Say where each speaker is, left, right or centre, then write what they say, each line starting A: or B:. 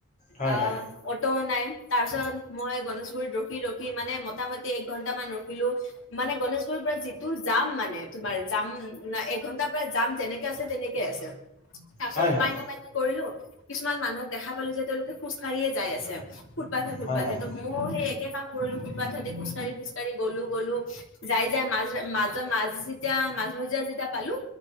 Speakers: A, on the left; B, on the left.
A: হয়
B: আ
A: হয়
B: অটো নাই তাৰ পিছত মই গণেশগুৰিত ৰখি ৰখি মানে মোটামুটি এক ঘন্টামান ৰখিলো। মানে গণেশগুৰিৰ পৰা যিটো যাম মানে তোমাৰ যাম ন এঘন্টাৰ পৰা যাম যেনেকে আছে তেনেকে আছে। তাৰ পিছত
A: হয়
B: উপায়
A: হয়
B: নাপায় কি কৰিলো কিছুমান মানুহক দেখা পালো যে তেওঁলোকে খোজ কাঢ়িয়েই যাই আছে। ফুটপাতে, ফটপাতে
A: হয় হয়
B: ত ময়ে সেই একে কাম কৰিলো ফুথপাতে খোজকাঢ়ি, খোজকঢ়ি গ'লো, গ'লো যাই, যাই মাজ ম ত মাছ যেতিয়া মাজমজিয়া যেতিয়া পালো